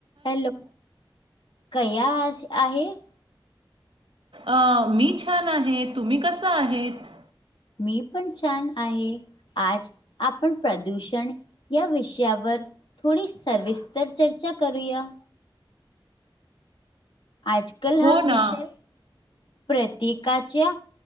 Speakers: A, on the left (about 70°); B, on the right (about 80°).
A: हॅलो. कयास आहेस.
B: अ मी छान आहे. तुम्ही कसा आहेत?
A: मी पण छान आहे आज, आपण प्रदूषण या विषयावर थोडी सर्विस्तर चर्चा करूया. आजकाल हा
B: हो
A: विषय
B: ना
A: प्रत्येकाच्या